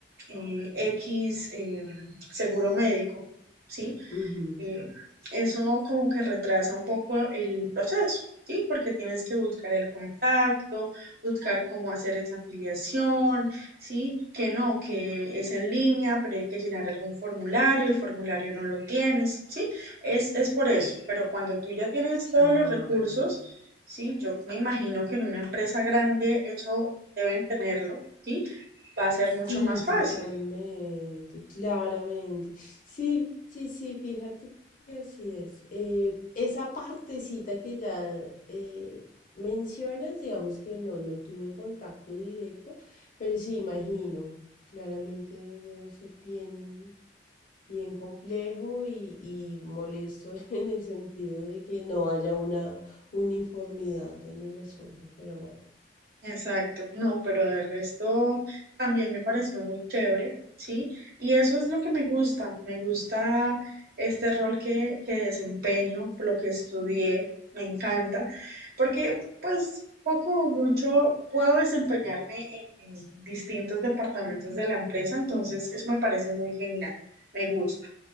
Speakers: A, on the right; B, on the left.
A: eh, X. eh, seguro médico, ¿sí?
B: ujú,
A: Eh, eso como que retrasa un poco el proceso, ¿sí? Porque tienes que buscar el contacto, buscar cómo hacer esa afiliación, ¿sí? Que no, que es en línea, pero hay que llenar algún formulario, el formulario no lo tienes, ¿sí? Es, es por eso, pero cuando tú ya tienes
B: Claro.
A: todos los recursos, ¿sí? Yo me imagino que en una empresa grande eso deben tenerlo, ¿sí? Va a ser
B: Sí,
A: mucho más fácil.
B: totalmente, claramente. Sí, sí, sí, fíjate que así es. Eh, esa partecita que ya eh, mencionas, digamos que no, no tuve contacto directo, pero sí, imagino, claramente debe ser bien, bien complejo y, y molesto <laughs> en el sentido de que no haya una uniformidad en el asunto, pero bueno,
A: Exacto, no, pero de resto también me pareció muy chévere, ¿sí? Y eso es lo que me gusta, me gusta este rol que, que desempeño, lo que estudié, me encanta, porque pues poco o mucho puedo desempeñarme en, en distintos departamentos de la empresa, entonces eso me parece muy genial, me gusta.